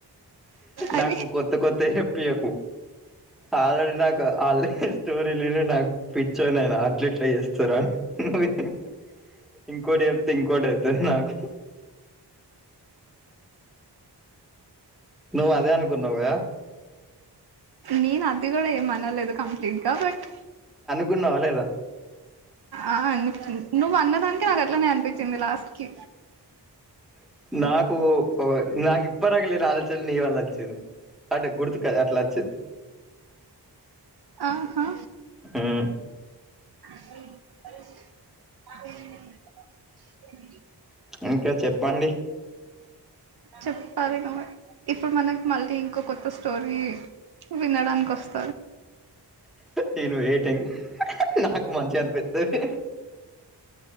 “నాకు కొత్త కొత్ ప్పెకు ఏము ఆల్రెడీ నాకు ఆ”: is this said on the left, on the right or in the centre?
Centre